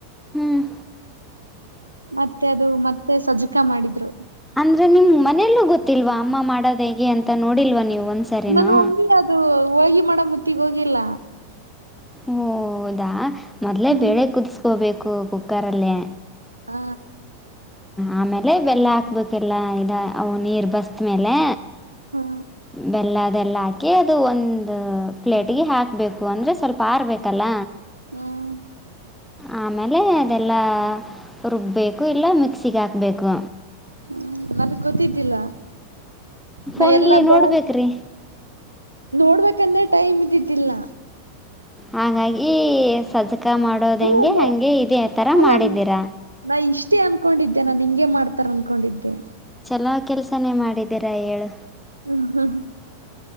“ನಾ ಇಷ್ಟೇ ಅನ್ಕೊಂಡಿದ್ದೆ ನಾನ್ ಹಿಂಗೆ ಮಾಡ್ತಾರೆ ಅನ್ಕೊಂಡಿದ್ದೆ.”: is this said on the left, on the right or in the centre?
Right